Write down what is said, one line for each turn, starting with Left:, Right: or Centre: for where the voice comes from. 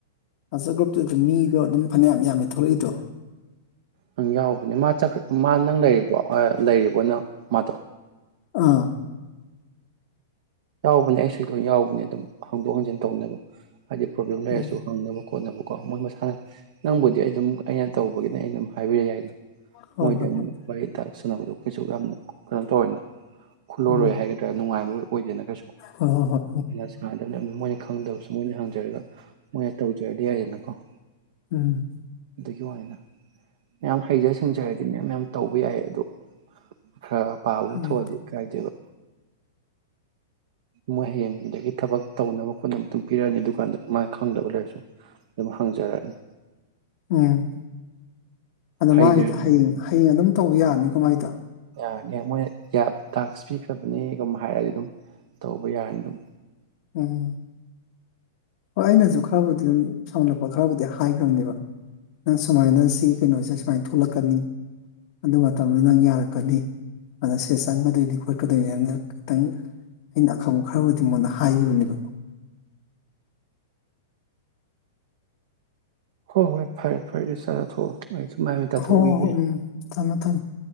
Left: ꯋꯥꯆꯞ ꯒ꯭ꯔꯨꯞꯇꯨꯗ ꯃꯤꯗꯣ ꯑꯗꯨꯝ ꯐꯅꯌꯥꯝ ꯌꯥꯝꯃꯤ ꯊꯣꯛꯂꯛꯏꯗꯣ
Right: ꯅꯪ ꯌꯥꯎꯕꯅꯦ ꯃꯥ ꯃꯥ ꯅꯪ ꯂꯩꯔꯤꯕꯣ ꯑꯥ ꯂꯩꯔꯤꯕꯅ ꯃꯥꯗꯣ
Left: ꯑꯥ
Right: ꯌꯥꯎꯕꯅꯦ ꯑꯩꯁꯨꯂꯣꯏ ꯌꯥꯎꯕꯅꯦ ꯑꯗꯨꯝ ꯍꯥꯡꯗꯣꯛ ꯍꯥꯡꯖꯤꯟ ꯇꯧꯅꯕ ꯍꯥꯏꯗꯤ ꯄ꯭ꯔꯣꯕ꯭ꯂꯦꯝ ꯂꯩꯔꯁꯨ
Left: ꯎꯝ
Right: ꯍꯪꯅꯕ ꯈꯣꯠꯅꯕ ꯀꯣ ꯃꯣꯏ ꯃꯁꯥꯅ ꯅꯪꯕꯨꯗꯤ ꯑꯩ ꯑꯗꯨꯝ ꯑꯩꯅ ꯇꯧꯕꯒꯤꯅꯦ ꯑꯩ ꯑꯗꯨꯝ ꯍꯥꯏꯕꯤꯔꯛ ꯌꯥꯏꯗ
Left: ꯍꯣꯏ
Right: ꯃꯣꯏꯗ
Left: ꯍꯣꯏ
Right: ꯑꯃꯨꯛ
Left: ꯍꯣꯏ
Right: ꯋꯥꯔꯤ ꯋꯥꯇꯥꯏ ꯁꯥꯅꯕꯗꯣ ꯀꯩꯁꯨ ꯌꯥꯝꯅ ꯀꯩꯅꯣ ꯇꯧꯋꯦꯅ ꯈꯨꯜꯂꯔꯣꯏ
Left: ꯎꯝ
Right: ꯍꯥꯏꯒꯗ꯭ꯔꯥ ꯅꯨꯡꯉꯥꯏꯕ ꯑꯣꯏꯗꯦꯅ ꯀꯩꯁꯨ
Left: ꯍꯣꯏ ꯍꯣꯏ ꯍꯣꯏ
Right: ꯑ ꯁꯥꯟꯅꯗꯕꯅꯦ ꯑꯗꯨ ꯃꯣꯏꯅ ꯈꯪꯗꯕꯁꯦ ꯃꯣꯏꯅ ꯍꯪꯖꯔꯒ ꯃꯣꯏꯅ ꯇꯧꯖꯔꯗꯤ ꯌꯥꯏꯌꯦꯗꯅꯀꯣ ꯎꯝ
Left: ꯎꯝ
Right: ꯑꯗꯨꯒꯤ ꯋꯥꯅ ꯃꯌꯥꯝ ꯍꯩꯖ ꯁꯤꯡꯖꯔꯗꯤ ꯃꯌꯥꯝ ꯌꯥꯝ ꯇꯧꯕ ꯌꯥꯏ ꯑꯗꯨꯣ ꯈꯔ ꯄꯥꯕꯕꯨ
Left: ꯎꯝ
Right: ꯊꯣꯛꯑꯗꯤ
Left: ꯎꯝ
Right: ꯀꯥꯏꯗꯦꯕ ꯃꯣꯏ ꯍꯌꯦꯡꯗꯒꯤ ꯊꯕꯛ ꯇꯧꯅꯕ ꯈꯣꯠꯅꯕ ꯑꯗꯨ ꯄꯤꯔꯛꯑꯅꯤ ꯑꯗꯨꯀꯥꯟꯗ ꯃꯥꯅ ꯈꯪꯗꯕ ꯂꯩꯔꯁꯨ ꯑꯗꯨꯝ ꯍꯪꯖꯔꯛꯑꯅꯤ
Left: ꯎꯝ ꯑꯗꯣ
Right: ꯍꯩꯖꯔꯗꯤ
Left: ꯃꯥꯒꯤꯗꯣ ꯍꯌꯦꯡ
Right: ꯌꯥꯝ
Left: ꯍꯌꯦꯡ ꯑꯗꯨꯝ ꯇꯧꯕ ꯌꯥꯔꯅꯤ ꯀꯃꯥꯏꯗ
Right: ꯌꯥꯔꯅꯤ ꯃꯣꯏꯅ ꯇꯥꯛꯁ ꯄꯤꯈ꯭ꯔꯕꯅꯦ ꯑꯗꯨꯝ ꯍꯥꯏꯔꯗꯤ ꯑꯗꯨꯝ ꯇꯧꯕ ꯌꯥꯔꯅꯤ ꯑꯗꯨꯝ
Left: ꯎꯝ ꯍꯣꯏ ꯑꯩꯅꯁꯨ ꯈꯔꯕꯨꯗꯤ ꯑꯗꯨꯝ ꯁꯥꯎꯃꯜꯂꯛꯄ ꯈꯔꯕꯨꯗꯤ ꯍꯥꯏꯈ꯭ꯔꯕꯅꯦꯕ ꯅꯪ ꯁꯨꯃꯥꯏꯅ ꯁꯤꯒꯤ ꯀꯩꯅꯣꯁꯦ ꯁꯨꯃꯥꯏꯅ ꯊꯣꯛꯂꯛꯀꯅꯤ ꯑꯗꯨ ꯃꯇꯝꯗ ꯅꯪ ꯌꯥꯔꯛꯀꯅꯤ ꯑꯗ ꯁꯤ ꯆꯪꯒꯗꯣꯏꯅꯤ ꯈꯣꯠꯀꯗꯣꯏꯅꯤꯅ ꯈꯤꯇꯪ ꯑꯩꯅ ꯑꯈꯪꯕ ꯈꯔꯕꯨꯗꯤ ꯑꯩꯉꯣꯟꯗ ꯍꯥꯏꯈꯤꯕꯅꯦꯕ
Right: ꯍꯣ ꯍꯣꯏ ꯐꯔꯦ ꯐꯔꯦ ꯆꯔ ꯍ ꯑꯩ ꯁꯨ ꯃꯥꯏ ꯃꯤ ꯇꯥꯊꯣꯛꯎꯈꯤꯒꯦ
Left: ꯍꯣ ꯍꯣ ꯍꯣ ꯎꯝ ꯊꯝꯃꯣ ꯊꯝꯃꯣ